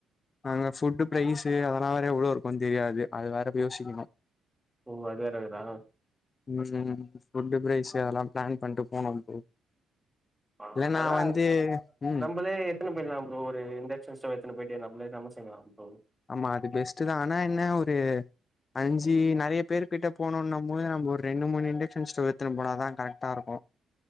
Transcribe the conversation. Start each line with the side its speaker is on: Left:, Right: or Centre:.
Left: அங்க ஃபுட்டு் பிரைஸு அதெல்லாம் வேற எவ்ளோ இருக்கும்னு தெரியாது அது வேற யோசிக்கணும்
Centre: ஓ அது வேற இருக்குதா
Left: ம் ம் ஃபுட்டு பிரைஸு அதலா பிளான் பண்ணிட்டு போனும் ப்ரோ இல்ல
Centre: அதலா
Left: நா வந்து ம்
Centre: நம்மளே எத்தனு போயர்லாம் ப்ரோ ஒரு இண்டக்ஷன் ஸ்டவ் எத்தனு போயிட்டு நம்ளே சமச்சிக்கலாம் ப்ரோ
Left: ஆமா அது பெஸ்ட் தான் ஆனா என்ன ஒரு அஞ்சு நறைய பேரு கிட்ட போனணும் போது நம்ம ஒரு ரெண்டு மூனு இண்டக்க்ஷன் ஸ்டவ் எத்துனு போனா தான் கரெக்டா இருக்கும்